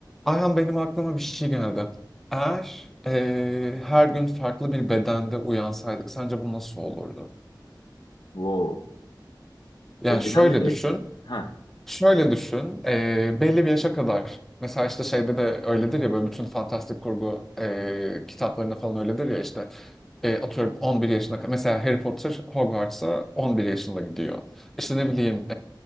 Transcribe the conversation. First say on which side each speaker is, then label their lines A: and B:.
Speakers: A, in the centre; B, on the left.
A: Ayhan benim aklıma bir şey geldi. Eğer eee, her gün farklı bir bedende uyansaydık sence bu nasıl olurdu?
B: Wow.
A: Yani
B: O
A: şöyle
B: bedenleri...
A: düşün.
B: Ha,
A: Şöyle düşün, e, belli bir yaşa kadar. Mesela işte şeyde de öyledir ya böyle bütün fantastik kurgu e, kitaplarında falan öyledir ya işte e, atıyorum 11 yaşına kadar. Mesela Harry Potter Hogwarts'a 11 yaşında gidiyor. İşte ne bileyim